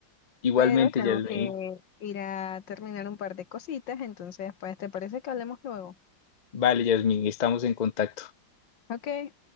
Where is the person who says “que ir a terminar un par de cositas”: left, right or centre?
Left